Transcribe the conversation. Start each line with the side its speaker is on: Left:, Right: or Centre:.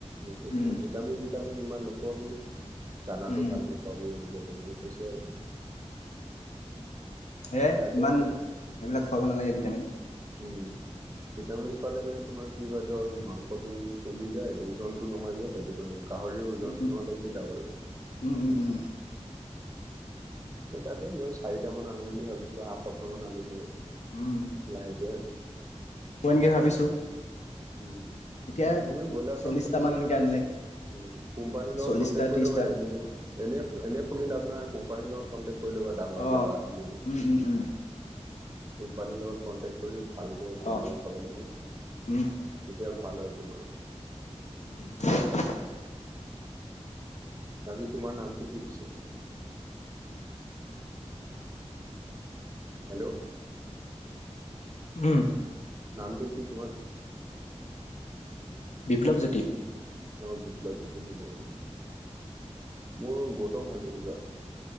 Right: মোক কৈছে
Left: উম
Right: ভিটামিন -চিটামিন ইমান নোখোৱাবি দানাটো
Left: উম
Right: ভালকে খুৱাবি এনেকে তেনেকে কৈছে আৰু
Left: সেয়াই
Right: এ তাকে
Left: ইমান
Right: এতিয়া
Left: এইবিলাক খুৱাব নালাগে ভিটামিন।
Right: উম ভিটামিন খুৱালে মানে তোমাৰ কি হয় ধৰ মাংসটো ফুলি যায় ওজনটো নহয় যে সেইটো কাৰণে গাহৰিৰ ওজনটো
Left: উম
Right: নহ'লে কি লাভ আৰু।
Left: উম উম উম
Right: তাকে মই চাৰিটা মান আনো বুলি ভাবিছো আহা সপ্তাহ মান আনিম আৰু।
Left: উম
Right: লাহেকে
Left: ইয়ে ভাবিছোঁ।
Right: উম,
Left: এতিয়া
Right: তুমি ব্ৰইলাৰ
Left: চল্লিশটা
Right: ফ্ৰাম খুলিবা
Left: মান এনেকে
Right: ধৰ
Left: আনিলে
Right: উম, কোম্পানীৰ লগত
Left: চল্লিশটা
Right: কনটেক কৰি
Left: ত্ৰিশটা
Right: লবা এনে - এনে - এনে খুলি লাভ নাই কোম্পানীৰ লগত কন্টেক কৰি লবা ডাঙৰ
Left: অ
Right: জেগা আছে যদি <inaudible>
Left: উম উম উম
Right: কোম্পানীৰ লগত কণ্টেক্ট কৰি ভালকে একেবাৰে
Left: অ
Right: উঠাব লাগে তেতিয়া
Left: উম
Right: ভাল আৰু তোমাৰ।
Left: <inaudible>
Right: আজি তোমাৰ নামটো কি পিছে? <inaudible> হেল্ল',
Left: উম
Right: নামটো কি তোমাৰ?
Left: বিপ্লৱ জ্যোতি।
Right: অ', বিপ্লবজ্যোতি নেকি অ', মোৰ গৌতম হাজৰিকা।